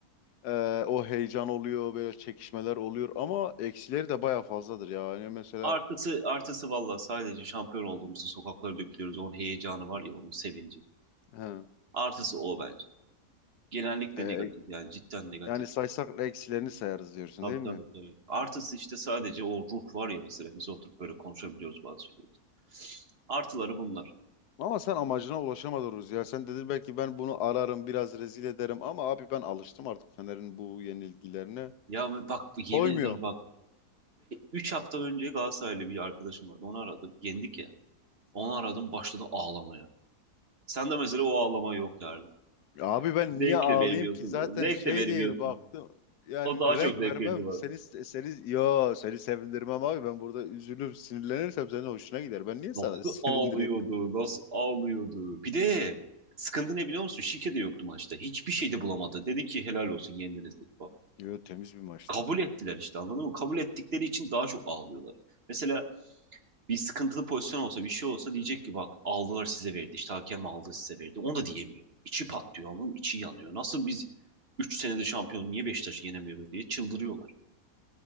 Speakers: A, on the left (about 80°); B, on the right (about 40°).
A: Ee, o heyecan oluyor. Böyle çekişmeler oluyor. Ama eksileri de baya fazladır ya. Yani mesela
B: Artısı artısı valla sadece şampiyon olduğumuzu sokaklara dökülüyoruz. Onun heyecanı var ya onun sevinci.
A: he,
B: Artısı o bence. Genellikle
A: e,
B: negatif yani cidden negatif.
A: yani saysak eksilerini sayarız diyorsun
B: Tabii
A: değil mi?
B: tabii tabii. Artısı işte sadece o ruh var ya mesela biz oturup böyle konuşabiliyoruz bazı şeyleri. Artıları bunlar.
A: Ama sen amacına ulaşamadınız ya. Sen dedin belki ben bunu ararım biraz rezil ederim. Ama abi ben alıştım artık Fener'in bu yenilgilerine.
B: Ya ben- bak yemin
A: Koymuyor.
B: ederim bak 3 hafta önce Galatasaraylı bir arkadaşım vardı. Onu aradım. Yendik ya. Onu aradım başladı ağlamaya. Sen de mesela o ağlama yok yani.
A: Ya Abi ben
B: Zevk
A: niye ağlayayım
B: de vermiyorsun.
A: ki zaten
B: böyle. Zevk
A: şey
B: de vermiyorsun.
A: değil baktım yani
B: O daha
A: renk
B: çok zevk
A: vermem
B: verdi bana.
A: seni seni yo seni sevindirmem abi ben burada üzülür sinirlenirsem senin hoşuna gider ben niye sana
B: Nasıl
A: <laughs> sevindireyim?
B: ağlıyordu, nasıl ağlıyordu. Bir de sıkıntı ne biliyor musun? Şike de yoktu maçta. Hiçbir şey de bulamadı. Dedi ki helal olsun yendiniz dedi. Bak
A: Yo temiz bir maçtı
B: kabul
A: o.
B: ettiler işte anladın mı? Kabul ettikleri için daha çok ağlıyorlar. Mesela bir sıkıntılı pozisyon olsa bir şey olsa diyecek ki bak aldılar size verdi. İşte hakem aldı size verdi. Onu da diyemiyor. İçi patlıyor anladın mı? İçi yanıyor. Nasıl biz 3 senede şampiyon niye Beşiktaş'ı yenemiyoruz diye çıldırıyorlar.